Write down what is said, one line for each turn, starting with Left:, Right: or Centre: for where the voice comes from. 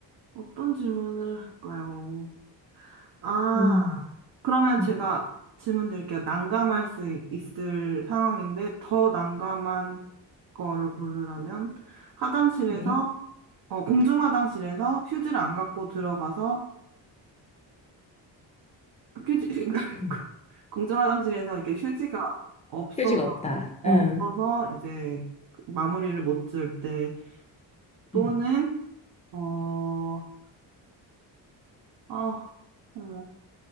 Right: 어떤 질문을 할까요? 아,
Left: 음,
Right: 그러면
Left: 음.
Right: 제가 질문 드릴게요. 난감할 수 있- 있을 상황인데 더 난감한 거를 고르라면 화장실에서
Left: 네.
Right: 어, 공중 화장실에서 휴지를 안 갖고 들어가서 휴지 <laughs>
Left: 음.
Right: 공중 화장실에서 이렇게 휴지가 없어서
Left: 휴지가 없다.
Right: 어, 없어서
Left: 응.
Right: 이제 마무리를 못 지을 때 또는
Left: 응.
Right: 어, 아, 어머,